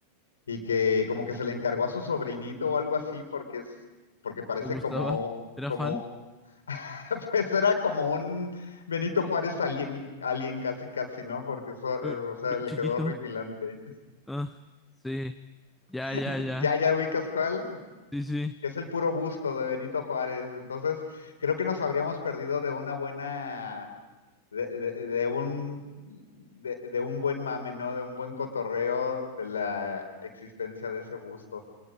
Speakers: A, on the left; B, in the centre.
A: y que como que se le encargó a su sobrinito o algo así, porque es, porque parece
B: ¿Le gustaba?
A: como,
B: ¿Era
A: como
B: fan?
A: <laughs> Pues era como un Benito Juárez alien, alien casi casi, ¿no? Porque eso, eso,
B: Eh,
A: o sea,
B: be-
A: le
B: chiquito.
A: quedó horripilante.
B: Ah, sí. Ya,
A: <laughs>
B: ya, ya.
A: Ya, ya ubicas cuál,
B: Sí, sí.
A: que es el puro busto de Benito Juárez. Entonces, creo que nos habríamos perdido de una buena, de, de- de un, de, de un buen mame, ¿no? De un buen cotorreo de la existencia de ese busto,